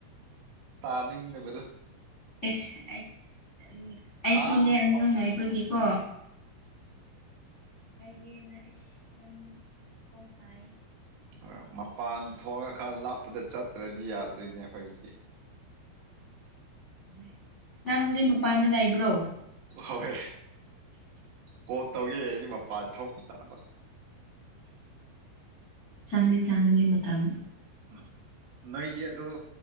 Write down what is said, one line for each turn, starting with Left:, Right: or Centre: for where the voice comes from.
Right: ꯇꯥꯅꯤꯡꯗꯕꯗꯣ
Left: ꯏꯁ ꯎꯝ ꯑꯩꯁꯨꯅꯦ
Right: ꯑꯥ ꯍꯣꯏ
Left: ꯑꯉꯥꯡ ꯅꯏꯕꯒꯤꯀꯣ ꯌꯦꯦꯟꯅ ꯑꯩ ꯌꯥꯝ ꯀꯣꯛꯁꯥꯏ
Right: ꯍꯣꯏ ꯃꯄꯥꯟ ꯊꯣꯛꯉ ꯈꯔ ꯂꯥꯞ ꯗ ꯆꯠꯇ꯭ꯔꯗꯤ ꯌꯥꯗ꯭ꯔꯤꯅꯦ ꯑꯩꯈꯣꯏꯒꯤꯗꯤ
Left: ꯎ ꯅꯪ ꯍꯧꯖꯤꯛ ꯃꯄꯥꯟꯗ ꯂꯩꯕ꯭ꯔꯣ
Right: ꯍꯍꯣꯏ ꯀꯣ ꯇꯧꯒꯦ ꯑꯩꯗꯤ ꯃꯄꯥꯟ ꯊꯣꯛꯄ ꯇꯥꯕ
Left: ꯆꯥꯡꯗꯤꯦ ꯆꯥꯡꯒꯅꯤ ꯃꯇꯝ
Right: ꯎꯝ ꯅꯣꯏꯗꯤ ꯑꯣ